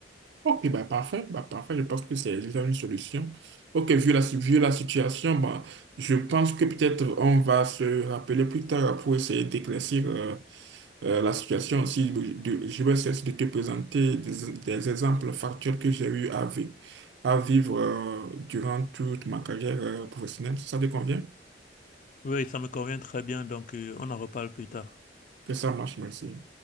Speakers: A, on the right; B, on the left.
A: Ok, bah parfait, bah parfait, je pense que c'est déjà une solution. Ok, vu la, si-, vu la situation, bah, je pense que peut-être on va se rappeler plus tard pour essayer d'éclaircir euh, euh, la situation aussi, de- je vais cesser de te présenter des, des exemples factuels que j'ai eu à, vi- à vivre euh, durant toute ma carrière euh, professionnelle. Ça te convient?
B: Oui, ça me convient très bien, donc euh, on en reparle plus tard.
A: Que ça marche, merci.